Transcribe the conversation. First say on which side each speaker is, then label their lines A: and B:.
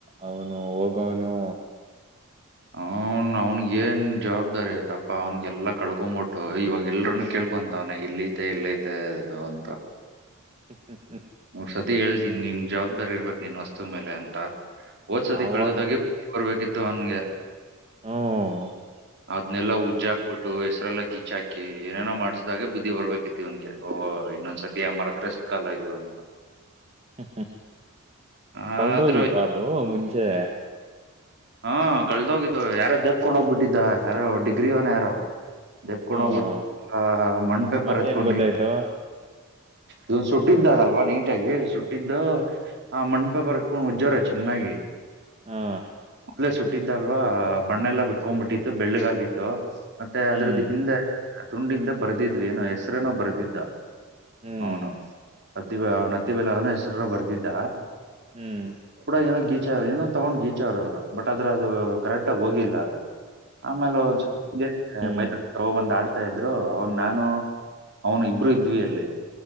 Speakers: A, on the right (about 30°); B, on the right (about 50°).
A: ಅವನು ಹೋಗವನು
B: ಅವನ್ ಅವನ್ಗ ಏನ್ ಜವಾಬ್ದಾರಿ ಆಯ್ತಪ್ಪಾ ಅವನ್ಗೆಲ್ಲಾ ಕಳ್ಕೊಂಬಿಟ್ಟು ಇವಾಗ ಎಲ್ರನು ಕೇಳ ತಿಕೊಂತವನ ಇಲ್ಲಿ ಐತೆ ಇಲ್ಲ ಐತೆ ಅದು ಅಂತ
A: ಹ್ಮ್ ಹ್ಮ್ ಹ್ಮ್
B: ನ ಸತಿ ಹೇಳ್ತೀನಿ ನಿನ್ ಜವಾಬ್ದಾರಿ ಇರ್ಬೇಕೇಕ್ ನಿನ್ ವಸ್ತು ಮೇಲೆ ಅಂತ ಓದ್ಸತಿ
A: ಆವಾಗ
B: ಕಳ್ದದಾಗಿ ಬರ್ಬೇಕಿತ್ತು ಅವನ್ಗೆ
A: ಹ್ಮ
B: ಅದ್ನೆಲ್ಲಾ ಉಜ್ಜ ಹಾಕ್ಬಿಟ್ಟು ಹೆಸ್ರಲ್ಲ ಗೀಚ್ ಹಾಕಿ ಏನೇನೋ ಮಾಡ್ಸಿದಾಗೆ ಬಿದ್ದಿ ಬರ್ಬೇಕಿತಿ ಇವ್ಗೆ ಇನ್ನೊಂದ್ ಸತಿ ಅಮ್ಮರ್ದ್ರೆ ಸಿಕ್ಕಲ್ಲ ಇದು ಅಂತ
A: ಹ್ಮ ಹ್ಮ್
B: ಆದ್ರೂ
A: ಕಲ್ದೋಗಿತ್ತಾ
B: ಯಾರ್-
A: ಅದು ಮುಂಚೆ
B: ಹಾ ಕಳದೋಗಿದ್ದು ಯಾರೋ ಜೇಪ್ಕೊಂಡ ಹೋಗ್ಬಿಟ್ಟಿದ್ದ ಯಾರೋ ಡಿಗ್ರಿ ಅವನ ಯಾರೋ ದೆಪ್ಕೊಂಡ್
A: ಹ್ಮ್
B: ಹೋಗ್ಬಿಟ್ಟು ಮಣ್ ಪೇಪರ್
A: ಮತ್ತೆ
B: ಎತ್ಕೊಂಡ್
A: ಹೆಂಗ್ ಗೊತ್ತಾಯ್ತು
B: ನೀ ಇದನ್ ಸುಟ್ಟಿದ್ದಾನಲ್ವ ನೀಟಾಗಿ ಸುಟ್ಟಿದ್ದ ಆ ಮಣಪ ಬರ್ತ್ಕೊಂಡ್ ಉಜ್ಜರ ಚೆನ್ನಾಗಿ
A: ಹಾ
B: ೇ ಸುಟ್ಟಿದ್ದ ಅಲ್ವಾ ಬಣ್ಣೆಲ್ಲ ಬಿಟ್ಕೊಂಡ್ಬಿಟ್ಟಿತ್ತು ಬೆಳ್ಳಗ್ಾಗಿತ್ತು ಮತ್ತೆ
A: ಹ್ಮ್
B: ಅದ್ರದ ಹಿಂದೆ ತುಂಡಿಂದ ಬರ್ದಿದ್ವಿ ಏನೋ ಹೆಸ್ರೇನೋ ಬರ್ದಿದ್ದ
A: ಹ್ಮ್
B: ಅವನು ಅತ್ತಿ ಅವ್ನತ್ತಿ ಬೆಲ ಅವನ ಹೆಸರುರು ಬರ್ದಿದ್ದ
A: ಹ್ಮ್
B: ಕೂಡ ಏನೋ ಗೀ ಏನೋ ತಗೊಂಡ್ ಗೀಚ ಅವ್ರ ಅವ್ರು ಬಟ್ ಆದದ್ರ ಅದು ಕರೆಕ್ಟ್ ಆಗ ಹೋಗಿಲ್ಲ ಅದು ಆಮೇಲೆ ಒಂದ್ ಸ್ವಲ್ಪ
A: ಹ್ಮ್
B: ಮೈ ಒಂದ ಆಡ್ ಆತ ಇದ್ರು ಅವನ್ ನಾನು ಅವನು ಇಬ್ರುೂ ಇದ್ವಿ ಅಲ್ಲಿ